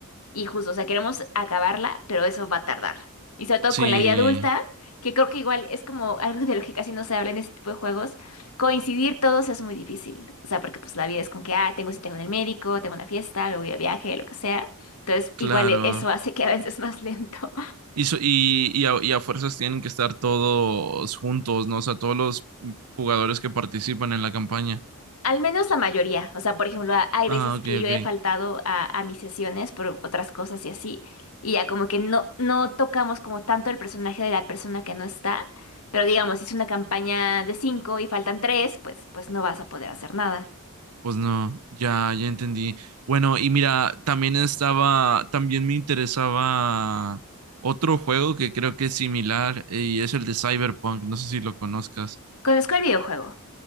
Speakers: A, on the left; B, on the right.
A: Y justo, o sea, queremos acabarla, pero eso va a tardar. Y sobre todo
B: Sí,
A: con la vida adulta, que creo que igual es como <laughs> algo de lo que casi no se habla en este tipo de juegos, coincidir todos es muy difícil. O sea, porque pues la vida es con que, ah, tengo cita con el médico, tengo una fiesta, luego voy a viaje, lo que sea. Entonces,
B: claro.
A: igual e- eso hace que avances <laughs> más lento.
B: Y, so- y, y, a, y a fuerzas tienen que estar todos juntos, ¿no? O sea, todos los jugadores que participan en la campaña.
A: Al menos la mayoría. O sea, por ejemplo, ha- hay
B: Ah,
A: veces
B: ok,
A: que yo
B: ok.
A: he faltado a, a mis sesiones por otras cosas y así, y ya como que no, no tocamos como tanto el personaje de la persona que no está, pero digamos, si es una campaña de cinco y faltan tres, pues, pues no vas a poder hacer nada.
B: Pues no, ya, ya entendí. Bueno, y mira, también estaba, también me interesaba otro juego que creo que es similar eh, y es el de Cyberpunk. No sé si lo conozcas.
A: Conozco el videojuego.